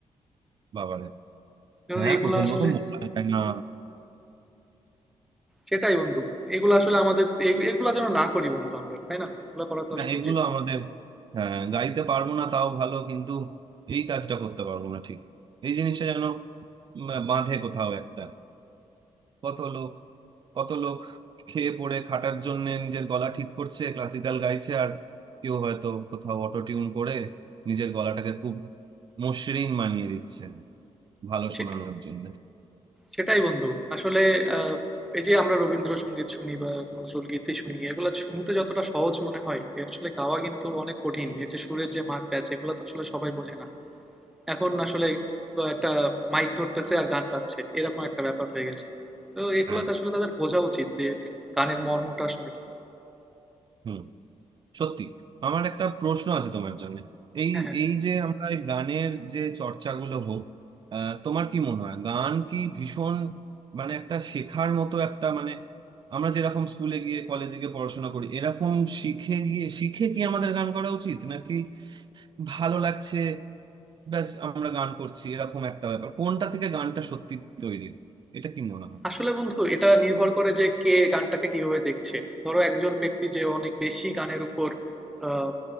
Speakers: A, on the right; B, in the centre.
A: বাবারে
B: তো
A: হ্যাঁ
B: এগুলা
A: প্রথম
B: আসলে
A: প্রথম বোঝা যায় না
B: সেটাই বন্ধু এগুলা আসলে আমাদের এগু- এগুলা যেন না করি বন্ধু আমরা তাই না এগুলা করা তো
A: না
B: আসলে
A: এগুলো
B: উচিত
A: আমাদের হ্যাঁ গাইতে পারবো না তাও ভালো কিন্তু এই কাজটা করতে পারবো না ঠিক এই জিনিসটা যেন মা- বাঁধে কোথাও একটা কত লোক কত লোক খেয়ে পড়ে খাটার জন্য নিজের গলা ঠিক করছে ক্লাসিক্যাল গাইছে আর কেউ হয়তো কোথাও অটো টিউন করে নিজের গলাটাকে খুব মসৃণ বানিয়ে দিচ্ছেন ভালো
B: সে-
A: শোনানোর জন্য
B: সেটাই বন্ধু আসলে আহ এই যে আমরা রবীন্দ্রসঙ্গীত শুনি বা নজরুল গীতি শুনি এগুলা শুনতে যতটা সহজ মনে হয় এ আসলে গাওয়া কিন্তু অনেক কঠিন এর যে সুরের যে মার প্যাচ এগুলা তো আসলে সবাই বোঝে না এখন আসলে একটা মাইক ধরতেছে আর গান গাচ্ছে এরকম একটা ব্যাপার হয়ে গেছে তো এগুলা
A: হ্যাঁ
B: তো আসলে তাদের বোঝা উচিত যে গানের মর্মটা আসলে কি
A: হুম। সত্যি আমার একটা প্রশ্ন আছে তোমার জন্য এই
B: হ্যাঁ, হ্যাঁ।
A: এই যে আমরা এই গানের যে চর্চাগুলো হোক আহ, তোমার কি মনে হয় গান কি ভীষণ মানে একটা শেখার মতো একটা মানে আমরা যেরকম স্কুলে গিয়ে কলেজে গিয়ে পড়াশোনা করি এরকম শিখে গিয়ে শিখে কি আমাদের গান করা উচিত নাকি ভালো লাগছে ব্যাস আমরা গান করছি এরকম একটা ব্যাপার কোনটা থেকে গানটা সত্যি তৈরি এটা কি মনে হয়
B: আসলে বন্ধু এটা নির্ভর করে যে কে গানটাকে কিভাবে দেখছে ধরো একজন ব্যক্তি যে অনেক বেশি গানের উপর আহ,